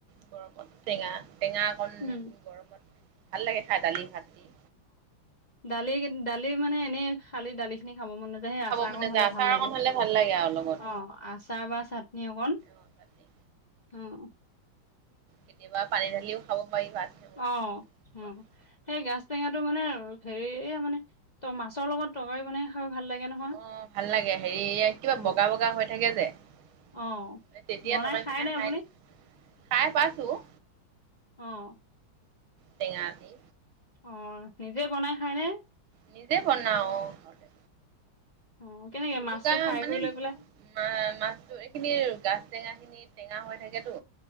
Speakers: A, on the right; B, on the left.
A: বৰফত টেঙা-টেঙা অকণ
B: উম
A: গৰমত ভাল লাগে খাই দালি ভাত দি।
B: দালি-দালি মানে এনেই খালি দালি খিনি। খাব মন নাযায় সেই
A: খাব
B: আচাৰ
A: মন
B: অকণ
A: নাযায়
B: হলে
A: আচাৰ
B: ভাল লাগে
A: অকণ হ'লে ভাল লাগে আৰু লগত
B: অহ আচাৰ বা চাটনি অকণ।
A: অ চাটনি
B: অহ।
A: কেতিয়াবা পানী ঢালিওঁ খাব পাৰি ভাত সেইবোৰ।
B: অ অ সেই গাছ টেঙাটো মানে হেৰি মানে ত মাছৰ লগত তৰকাৰী বনাই খাই। ভাল লাগে নহয়
A: অহ ভাল লাগে হেৰি কিবা
B: অ
A: বগা-বগা হৈ থাকে যে তেতিয়া
B: অ বনাই
A: টৰকাৰি
B: খায়
A: মনে
B: নে
A: খাই
B: আপুনি
A: নেকি। খায় পাইছো।
B: অহ
A: টেঙা দি।
B: অহ নিজে বনাই খায়নে।
A: নিজে বনাওঁ। অহ দে।
B: অ কেনেকে
A: গোলুকা
B: মাছটো ফ্ৰাই
A: মানে
B: কৰি লৈ পেলাই
A: মা মাছটো এইখিনিৰ গাত। টেঙা খিনি টেঙা হৈ থাকেতো।